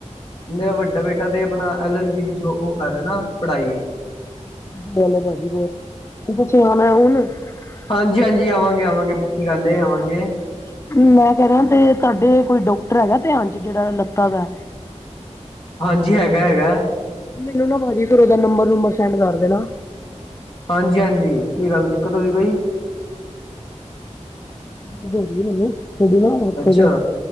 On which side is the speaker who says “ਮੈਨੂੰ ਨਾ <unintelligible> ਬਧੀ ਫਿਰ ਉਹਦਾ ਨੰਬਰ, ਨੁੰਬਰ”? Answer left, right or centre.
Left